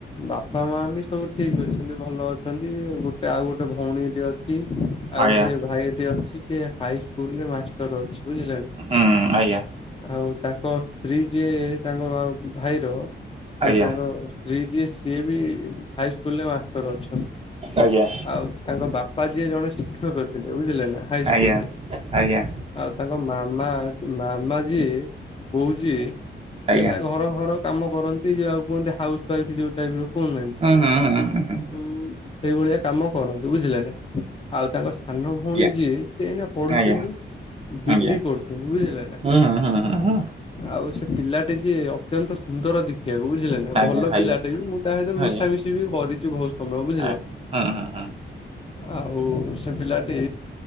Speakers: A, on the left; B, on the right.
A: ବା ବାପା ମାବି ସବୁ ଠିକ୍ ଅଛନ୍ତି ଭଲ ଅଛନ୍ତି ଗୋଟେ ଆଉ ଗୋଟେ ଭଉଣୀ ଅଛି। ଆଉ
B: ଆଜ୍ଞା
A: ଗୋଟେ ଭାଇଟେ ଅଛି ସେ ହାଇ ସ୍କୁଲରେ ମାଷ୍ଟର ଅଛି ବୁଝିଲନା।
B: ହୁଁ ଆଜ୍ଞା।
A: ଆଉ ତାଙ୍କ ସ୍ତ୍ରୀ ଯିଏ ତାଙ୍କ ଭାଇର
B: ଆଜ୍ଞା
A: ସେତାଙ୍କ ସ୍ତ୍ରୀ ଜିଏ ସିଏବି ହାଇସ୍କୁଲରେ ମାଷ୍ଟର ଅଛନ୍ତି।
B: ଆଜ୍ଞା ଆଜ୍ଞା
A: ଆଉ ତାଙ୍କ ବାପା ଯିଏ ଜଣେ ଶିକ୍ଷକ ଥିଲେ ବୁଝିଲେନା ହାଇ ସ୍କୁଲରେ
B: ଆଜ୍ଞା ଆଜ୍ଞା।
A: ଆଉ ତାଙ୍କ ମାମା ମାମା ଯିଏ ବୋଉ ଯିଏ
B: ଆଜ୍ଞା
A: ହେଲା ଘର ଘର କାମ କରନ୍ତି ଯାହାକୁ କୁହନ୍ତି ହାଉସ୍ୱାଇଫ୍ ଯଉ ଟାଇପ ର କୁହନାହାନ୍ତି।
B: ହଁ ହଁ ହଁ ହଁ ହଁ।
A: ଉ ସେଇଭଳିଆ କାମ କରନ୍ତୁ ବୁଝିଲେ ନା ଆଉ ତାଙ୍କ ସାନ ଭଉଣୀ
B: ଆଜ୍ଞା
A: ଯିଏ ସିଏ ଏଇନା ପଢୁଛନ୍ତି
B: ଆଜ୍ଞା
A: ବି
B: ଆଜ୍ଞା
A: ଡି କରୁଛନ୍ତି ବୁଝିଲେ ନା।
B: ହୁଁ ହୁଁ ହୁଁ ହୁଁ
A: ଆଉ ସେ ପିଲାଟି ଯିଏ ଅତ୍ୟନ୍ତ ସୁନ୍ଦର ଦେଖିବାକୁ ବୁଝିଲେ ନା
B: ଆଜ୍ଞା
A: ଭଲ
B: ଆଜ୍ଞା
A: ପିଲା। ତେଣୁ ମୁଁ ତା ସହିତ
B: ଆଜ୍ଞା
A: ମିଶାମିଶି ବି କରିଛି ବହୁତ ସମୟ ବୁଝିଲେ।
B: ଆଜ୍ଞା ହୁଁ ହୁଁ ହୁଁ
A: ଆଉ ସେ ପିଲାଟି